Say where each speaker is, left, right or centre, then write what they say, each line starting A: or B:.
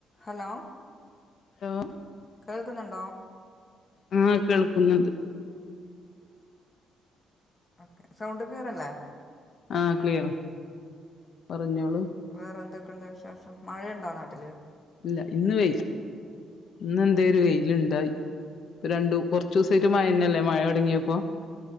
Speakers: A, on the left; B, on the left.
A: ഹലോ
B: ഹലോ
A: കേക്കുന്നുണ്ടോ?
B: ആഹ് കേൾക്കുന്നുണ്ട്
A: ഓക്കെ, സൗണ്ട് ക്ലിയർ അല്ലേ?
B: ആഹ് ക്ലിയറ പറഞ്ഞോളൂ
A: വേറെ എന്തൊക്കെയുണ്ട് വിശേഷം? മഴയോണ്ടോ നാട്ടില്?
B: ഇല്ല ഇന്ന് വെയിൽ ഇന്ന് എന്തേ
A: ആ
B: ഒരു വെയിലുണ്ടായി. ഇപ്പം രണ്ടു കുറച്ച് ദിവസയിട്ട് മഴ തന്നെയല്ലേ മഴ തുടങ്ങിയപ്പോ